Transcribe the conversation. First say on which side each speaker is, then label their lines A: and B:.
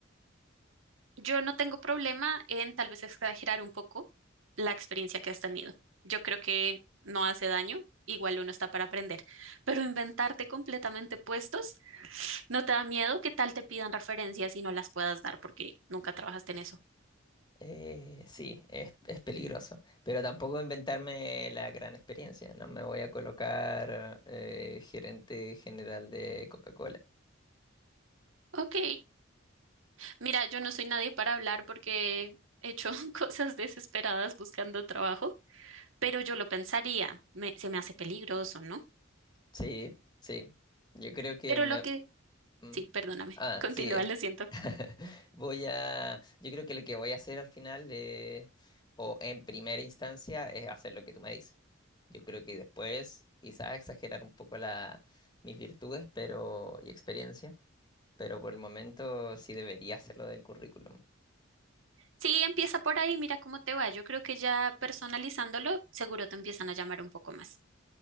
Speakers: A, on the right; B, on the left.
A: Yo no tengo problema en tal vez exagerar un poco la experiencia que has tenido. Yo creo que no hace daño, igual uno está para aprender, pero inventarte completamente puestos, ¿no te da miedo que tal te pidan referencias y no las puedas dar porque nunca trabajaste en eso?
B: Eh, sí, es, es peligroso, pero tampoco inventarme la gran experiencia. No me voy a colocar eh, gerente general de Coca-Cola.
A: Ok, mira, yo no soy nadie para hablar porque he hecho <laughs> cosas desesperadas buscando trabajo, pero yo lo pensaría, me- se me hace peligroso, ¿no?
B: Sí, sí. Yo creo que
A: Pero
B: me
A: lo que...
B: Mm,
A: Sí, perdóname,
B: Ah,
A: continúa,
B: sí. eh,
A: lo siento.
B: <laughs> Voy a. Yo creo que lo que voy a hacer al final, eh, o en primera instancia, es hacer lo que tú me dices. Yo creo que después, quizás exagerar un poco la, mis virtudes, pero y experiencia, pero por el momento sí debería hacerlo del currículum.
A: Sí, empieza por ahí, mira cómo te va. Yo creo que ya personalizándolo, seguro te empiezan a llamar un poco más.